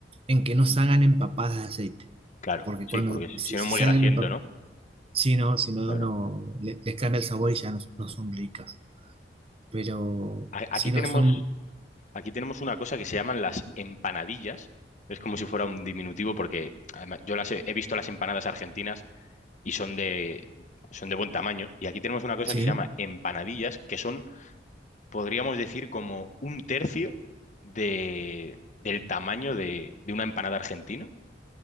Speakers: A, on the right; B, on the left.
A: en que no salgan empapadas de aceite,
B: Claro,
A: porque
B: sí,
A: cuando,
B: porque
A: si,
B: si no
A: si
B: es muy
A: salen
B: grasiento,
A: empapadas,
B: ¿no?
A: si no, si no,
B: Claro.
A: no, le- les cambia el sabor y ya no,
B: Ujú.
A: no son ricas. Pero
B: A- Aquí
A: si
B: tenemos
A: no son,
B: Aquí tenemos una cosa que se llaman las empanadillas. Es como si fuera un diminutivo porque además, yo las he, he visto las empanadas argentinas y son de, son de buen tamaño. Y aquí tenemos una cosa
A: sí,
B: que se llama empanadillas, que son, podríamos decir, como un tercio de, del tamaño de, de una empanada argentina